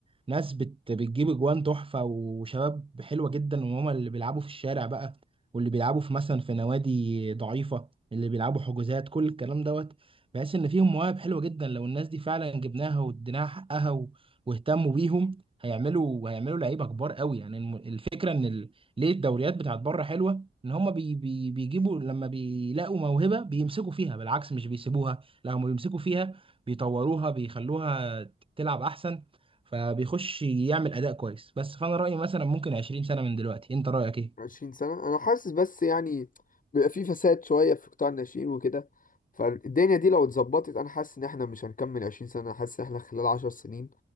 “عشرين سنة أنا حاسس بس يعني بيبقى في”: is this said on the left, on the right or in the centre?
Left